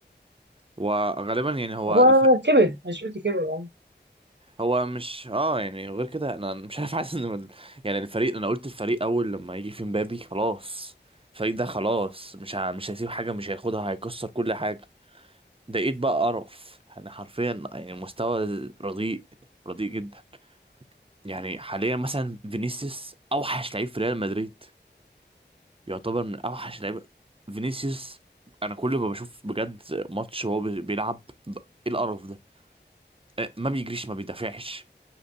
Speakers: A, on the right; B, on the right.
A: وغالبا يعني هو
B: هو كبر انشيلوتي كبر يعني
A: هو مش اه يعني غير كده انا مش عارف حاسس ان ال- يعني الفريق انا قلت الفريق اول لما يجي في مبابي خلاص الفريق ده خلاص مش ه... مش هيسيب حاجه مش هياخدها هيكسر كل حاجه لقيت بقى قرف يعني حرفيا يعني مستوى رديء رديء جدا يعني حاليا مثلا فينيسيوس اوحش لعيب في ريال مدريد يعتبر من اوحش لعيب فينيسيوس انا كل ما بشوف بجد ماتش وهو بي- بيلعب ب- ايه القرف ده آه، ما بيجريش ما بيدافعش